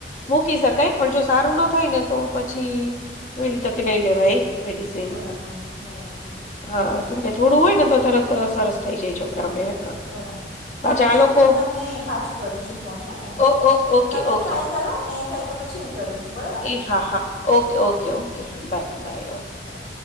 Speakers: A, on the left; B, on the left.
A: મૂકી શકાય પણ જો સારું ના થાય ને તો પછી વેલી તકે લઈ લેવાય મેડિસન
B: બરાબર બરાબર
A: હા કેમ કે થોડું હોયને તો તરત સરસ થઈ જાય છોકરાઓને હા
B: બરાબર હા
A: પાછા
B: પૂજાબેન
A: આ લોકો
B: હું તમને પાછું કરું છું ફોન હે ને
A: ઓ ઓ ઓકે
B: તમે
A: ઓકે
B: ટ્રાય કરો નહીં થાય તો પછી હું કરું છું બરાબર
A: એ હા હા ઓકે ઓકે ઓકે હા બાય બાય ઓકે
B: બાય